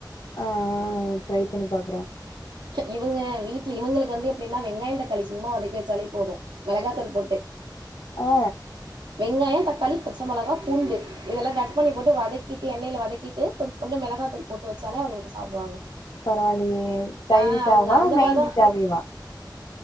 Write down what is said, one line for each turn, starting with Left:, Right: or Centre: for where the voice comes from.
Left: ஆ ட்ரை பண்ணி பாக்குற
Right: இவங்க வீட்ல இவங்களுக்கு வந்து எப்டின்னா வெங்காயோ தக்காளி சும்மா வதக்கி வச்சாலே போது மிளகாத்தூள் போட்டு
Left: ஆ
Right: வெங்காயோ தக்காளி பச்ச மோளகா பூண்டு இதெல்லா கட் பண்ணி போட்டு வதக்கிட்டு எண்ணெயில வதக்கிட்டு கொஞ்சோ கொஞ்சோ மிளகாத்தூள் போட்டு வச்சாலே அவங்களுக்கு சாப்டுவாங்க
Left: பரவாயில்லயே சைடிஷ்
Right: ஆ அவங்க
Left: ஆவா
Right: அந்த
Left: மெயின்
Right: மாரிதா
Left: டிஷ்ஷாவேவ